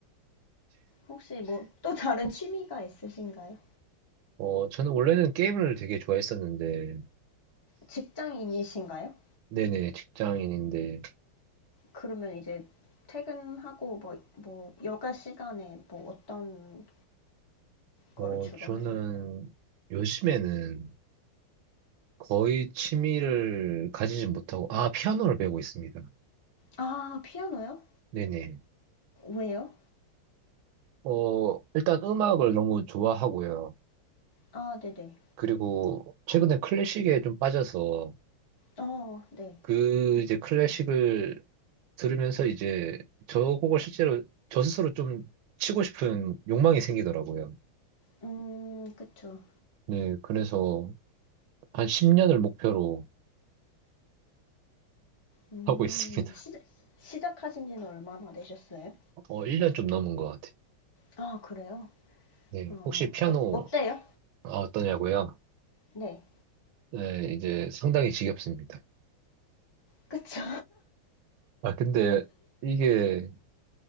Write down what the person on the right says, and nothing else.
어, 저는 원래는 게임을 되게 좋아했었는데,
네네, 직장인인데,
어,
저는
요즘에는 거의 취미를 가지지 못하고, 아, 피아노를 배우고 있습니다.
네네.
어, 일단 음악을 너무 좋아하고요.
그리고 최근에 클래식에 좀 빠져서
그 이제 클래식을 들으면서 이제 저 곡을 실제로 저 스스로 좀 치고 싶은 욕망이 생기더라고요.
네, 그래서 한 10년을 목표로
하고 있습니다.
<laughs> 어, 1년 좀 넘은 것 같아요.
네,
혹시 피아노
어떠냐고요?
네, 이제 상당히 지겹습니다.
아, 근데 이게